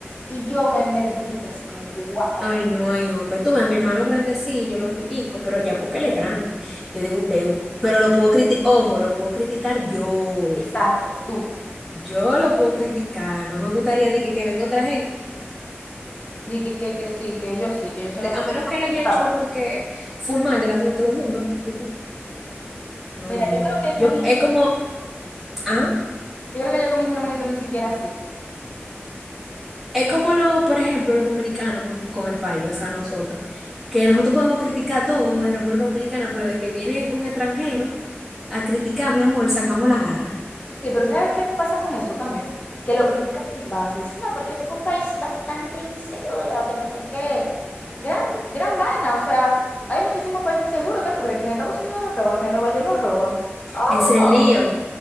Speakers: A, on the left; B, in the centre.
A: y yo me, me derrito así como que, wow,
B: Ay, no, ay, hombre. Tú ves, mi hermano grande sí, yo lo critico, pero ya porque él es grande. Yo digo, usted, u- pero lo puedo criticar, ojo, lo puedo criticar yo.
A: exacto, tú.
B: Yo lo puedo criticar. No me gustaría de que, que venga otra gente,
A: Y que, que, que sí, que ellos sí, que ellos son los
B: a
A: que
B: menos
A: los más
B: que
A: criticadores.
B: él haya hecho algo de que full mal delante de todo el mundo. Yo no, no,
A: Mira,
B: mi amor.
A: yo creo que
B: Yo,
A: yo ni,
B: es como, ah,
A: yo creo que yo con mis hermanitos ni siquiera así.
B: es como lo, por ejemplo, los dominicanos con, con el país, o sea, nosotros, que nosotros podemos criticar todo de República Dominicana, pero de que viene un extranjero a criticar, mi amor, sacamos la garra.
A: Sí, pero ¿sabes qué pasa con eso también? Que lo critican sin base. Dicen, no, porque es un país bastante inseguro, que no sé qué. Gran, gran vaina. O sea, hay muchísimos países inseguros. ¿Qué tú crees? ¿Que en Estados Unidos nos roban? ¿Que en Nueva York nos roban? Oh,
B: Es el lío